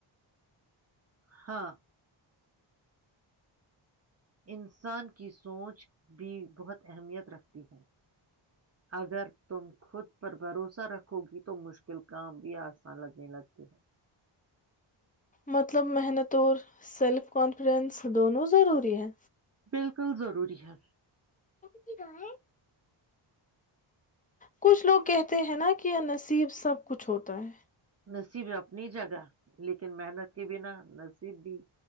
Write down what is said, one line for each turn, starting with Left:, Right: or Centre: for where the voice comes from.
Right: ہاں انسان کی سوچ بھی بہت اہمیت رکھتی ہے اگر تم خود پر بھروسہ رکھو گی تو مشکل کام بھی آسان لگنے لگتے ہے
Left: مطلب محنت اور سیلف کانفیڈینس دونوں ضروری ہے
Right: بالکل ضروری ہے
Left: کی گا ہے کچھ لوگ کہتے ہیں نا کہ یہ نصیب سب کچھ ہوتا ہے
Right: نصیب اپنی جگہ لیکن محنت کے بنا نصیب بھی